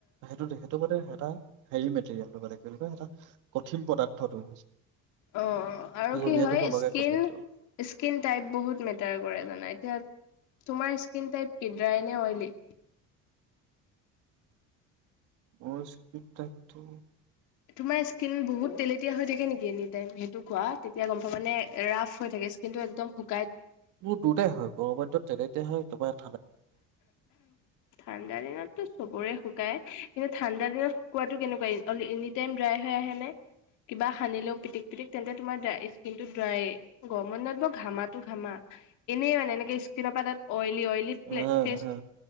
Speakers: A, on the right; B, on the left.
A: সেইটো সেইটো মানে এটা হেৰি মেটেৰিয়েলটো মানে। তেনেকুৱা এটা কঠিন পদাৰ্থটো হৈছে।
B: অ আৰু
A: জুলীয়াটো
B: কি হয়
A: নলগে
B: স্কিন-স্কিন
A: কঠিনটো
B: টাইপ বহুত মেটাৰ কৰে জানা এতিয়া তোমাৰ স্কিন টাইপ কিড্ৰাইনে অইলী?
A: অ স্কিপাকটো
B: তোমাৰ স্কিন বহুত তেলেতীয়া হৈ থাকে নেকি এনি টাইম সেইটো কোৱা তেতিয়া গম পা মানে ৰাফ হৈ থে স্কিন টো একমু
A: মোৰ দুটাই হয় গৰমত তেলেতিয়া তেনেতে হয়। তপা
B: ঠাণ্ডা দিনতো চবৰে শুকায় কিন্তু ঠাণ্ডা দিনত টো কেনেকুৱা এনি টাইম ড্ৰাই হৈ আহে নে কিবা সানিলেও পিটিক পিটিক তেন্তে তোমাৰ স্কিনটো ড্ৰাই গ মই ন ঘামাটো ঘামা এনেই মানে এনেকে স্কিনৰ পৰা তাত অইলী অইলি
A: উম-উ
B: ফেচ